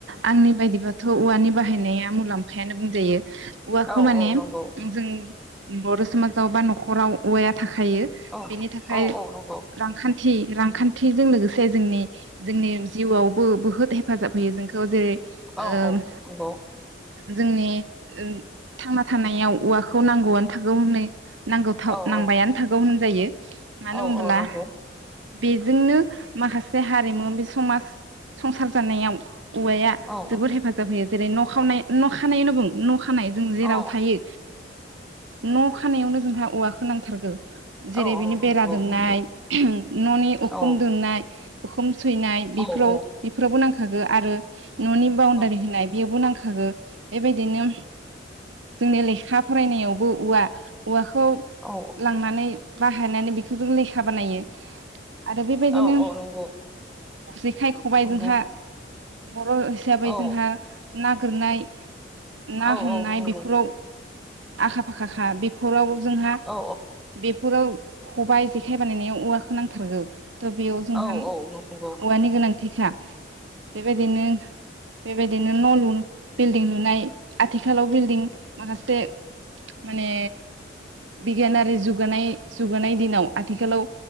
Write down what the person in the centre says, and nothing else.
औ
औ
नंगौ
औ
औ औ नंगौ
औ औ नंगौ
औ
औ
औ
औ नंगौ
औ
औ
औ
औ नंगौ
नंगौ
औ
औ
औ
औ
औ
औ औ नंगौ
नंगौ
औ
औ
औ नंगौ
औ
औ औ नंगौ